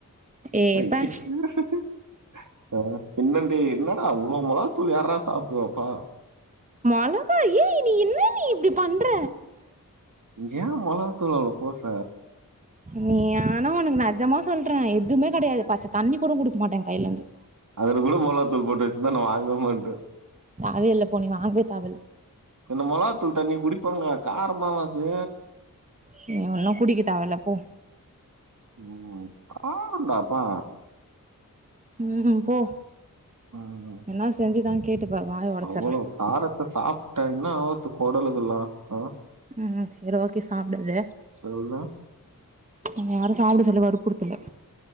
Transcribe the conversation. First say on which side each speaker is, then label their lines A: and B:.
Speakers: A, on the right; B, on the right.
A: ஏ
B: <unintelligible>
A: பே
B: ஆ பின்னாடி என்னடா அவ்ளோ மொளகாத்தூள் யார்டா சாப்டுவா
A: மொளகா ஏ நீ என்ன நீ இப்டி பண்ற
B: ஏ மொளகாத் தூள் அவ்ளோ போட்ற
A: நீ ஆனா ஒனக்கு நெஜமா சொல்றே எதுமே கெடையாது பச்ச தண்ணி கூட குடுக்க மாட்டேஎ கைலர்ந்து
B: அதுல கூட மொளாத்தூள் போட்டு வச்சுர்ந்தா நா வாங்க மாட்டே
A: தேவயில்ல போ நீ வாங்கவே தேவெல்ல
B: இன்ன மொளகா தூள் தண்ணி குடிப்பாங்ளா காரமாவாது
A: நீ ஒன்னு குடிக்க தேவெல்ல போ
B: ம் காரண்டா அப்பா
A: ம் போ
B: ம்.
A: என்னா செஞ்சுதா கேட்டுப்பார் வாய ஒடச்சர்றே
B: அவ்வளோ காரத்த சாப்ட்ட என்னா ஆவுர்து கொடலுகுல்ல ஆ
A: ம் சேரி ஓகே சாப்டாத
B: சொல்லு.
A: ஒன்னய யாரு சாப்ட சொல்லி வற்புறுத்தல